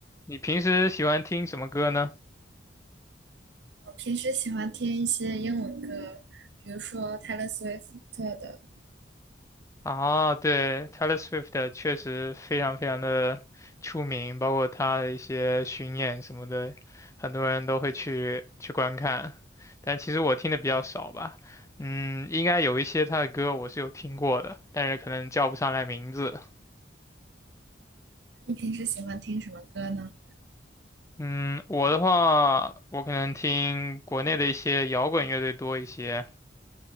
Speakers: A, on the left; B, on the right.
A: 你平时喜欢听什么歌呢？
B: 我平时喜欢听一些英文歌，比如说泰勒·斯威夫特的。
A: 啊，对，Taylor Swift 确实非常非常的出名，包括她的一些巡演什么的，很多人都会去去观看。但其实我听的比较少吧，嗯，应该有一些她的歌我是有听过的，但是可能叫不上来名字。
B: 那你平时喜欢听什么歌呢？
A: 嗯，我的话，我可能听国内的一些摇滚乐队多一些，